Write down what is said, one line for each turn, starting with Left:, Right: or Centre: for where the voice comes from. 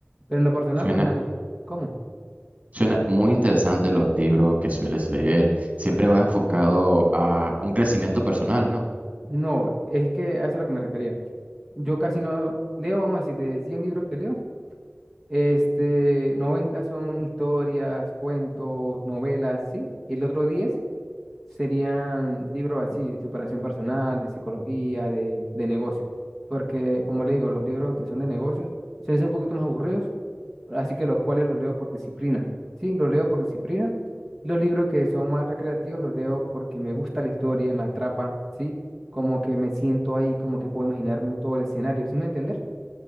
Centre: Pero en lo personal,
Right: Suena,
Centre: pues me gusta. ¿Cómo?
Right: suena muy interesante los libros que sueles leer. Siempre va enfocado a un crecimiento personal, ¿no?
Centre: No, es que a eso es lo que me refería. Yo casi no leo, vamos a decir, de 100 libros que leo, este, 90 son historias, cuentos, novelas, sí. Y el otro 10 serían libros así, de superación personal, de psicología, de, de negocios. Porque, como le digo, los libros que son de negocios suelen ser un poquito más aburridos así que los cuales los leo por disciplina, ¿sí? Los leo por disciplina. Los libros que son más recreativos los leo porque me gusta la historia, me atrapa, ¿sí? Como que me siento ahí, como que puedo imaginarme todo el escenario, ¿sí me entiendes?